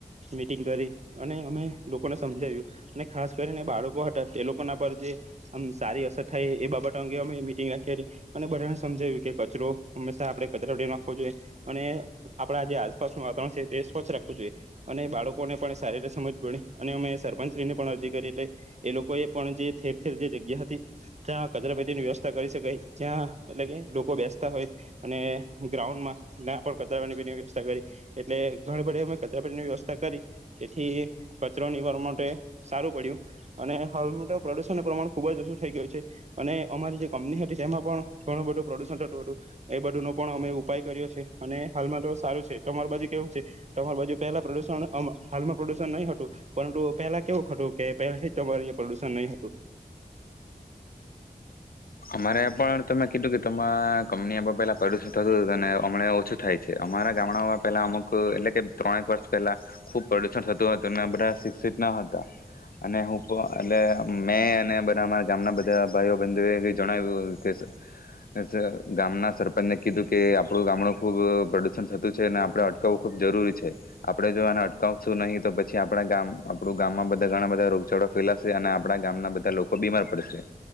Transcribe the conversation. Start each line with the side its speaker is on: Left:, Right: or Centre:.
Right: મિટિંગ કરી અને અમે લોકોને સમજાવ્યું અને ખાસ કરીને બાળકો હતા તે લોકોના પર જે આમ સારી અસર થાય એ બાબતો અંગે અમે મિટિંગ રાખી હતી અને બધાને સમજાવ્યું કે કચરો હંમેશા આપડે કચરા પેટીમાં નાખવો જોઈએ અને આપણા જે આસપાસનું વાતાવરણ છે એ સ્વચ્છ રાખવું જોઈએ અને બાળકોને પણ સારી રીતે સમજ પડી અને અમે સરપંચશ્રીને પણ અરજી કરી એટલે એ લોકોએ પણ જે ઠેર ઠેર જે જગ્યા હતી ત્યાં કચરા પેટીની વ્યવસ્થા કરી શકાય, જ્યાં એટલે કે લોકો બેસતા હોય અને ગ્રાઉન્ડમાં ના્યાં પણ કચરાપેણી પેટીની વ્યવસ્થા કરી એટલે ઘણી બધે અમે કચરાપેટીની વ્યવસ્થા કરી તેથી કચરોની ફ માટે સારું પડ્યું અને હાલમેટ પ્રદૂષણનું પ્રમાણ ખૂબજ ઓછું થઈ ગયું છે અને અમારી જે કંપની હતી તેમાં પણ ઘણું બધું પ્રદૂષણ થતું હતું, એ બધુંનો પણ અમે ઉપાય કર્યો છે અને હાલમેટ સારું છે, તમારી બાજુ કેવું છે, તમાર બાજુ પહેલા પ્રદુષણ હાલમાં પ્રદુષણ નહી હતું, પરંતુ પહેલા કેવું હતું, કે પલા તમાર પ્રદુષણ નહી હતું?
Left: અમારે પણ તમે કીધું કે તમારા કંપની બા પેલા પ્રદુષણ થતું હતું અને હમ ઓછું થાય છે, અમારા ગામડાઓમાં પહેલાં અમુક એટલે કે ત્રણેક વર્ષ પહેલાં ખૂબ પ્રદૂષણ થતું હતું અને બધા શિક્ષિત ન હતા અને હું <unintelligible> એટલે આમ મેં અને બધારા ગામના બધા ભાઈઓ બંધુ જણાવ્યું કે ગામના સરપંચને કીધું કે આપણું ગામડું ખૂબ પ્રદુષણ થતું છે અને આપણે અટકાવવું ખૂબ જરૂરી છે. આપડે જો આને અટકાવશું નહી, તો પછી આપડા ગામ આપણું ગામમાં બધા ઘણા બધા રોગચાળો ફેલાશે અને આપણા ગામના બધા લોકો બીમાર પડશે,